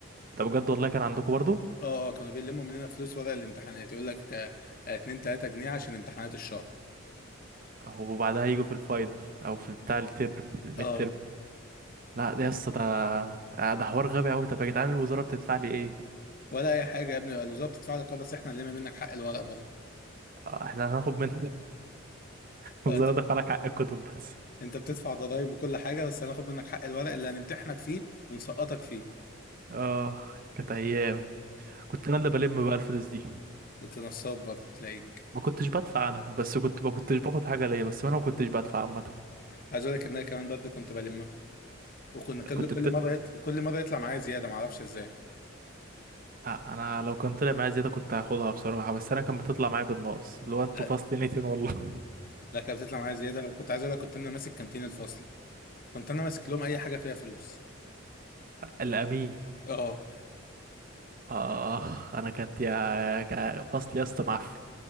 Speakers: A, on the right; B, on the left.
A: ده بجد والله كان عندكم برضو
B: اه اه كانوا بيلموا مننا فلوس ورق الامتحانات يقول لك آه، آه، 2 3 جنيه عشان امتحانات الشهر
A: وبعدها يجوا في الفاينل او في بتاع الترم في الميد
B: اه
A: ترم لا ده يا اسطى ده آه، ده حوار غبي قوي طب يا جدعان الوزاره بتدفع لي ايه
B: ولا اي حاجه يا ابني الوزاره بتدفع لك اه بس احنا هنلم منك حق الورق برضه
A: آه، احنا هناخد من <laughs>
B: اه
A: الوزاره
B: انت
A: دفع لك حق الكتب بس
B: انت بتدفع ضرايب وكل حاجه بس هناخد منك حق الورق اللي هنمتحنك فيه ونسقطك فيه
A: اه كانت ايام كنت انا اللي بلم بقى الفلوس دي
B: انت نصاب برضه تلاقيك
A: ما كنتش بدفع انا بس كنت ما كنتش باخد حاجه ليا بس انا ما كنتش بدفع عامه
B: عايز اقول لك ان انا كمان برضه كنت بلمها وكنا كل
A: كنت
B: كل مره يطلع كل مره يطلع معايا زياده ما اعرفش ازاي
A: آه، انا لو كان طلع معايا زياده كنت هاخدها بصراحه بس انا كان بتطلع معايا بالناقص اللي هو انتوا
B: لا
A: فصل نيتين والله
B: لا كانت بتطلع معايا زياده وكنت عايز اقول لك كنت انا ماسك كانتين الفصل كنت انا ماسك لهم اي حاجه فيها فلوس
A: <laughs> الامين
B: اه
A: اخ انا كانت يا كا- فصل يا اسطى معفن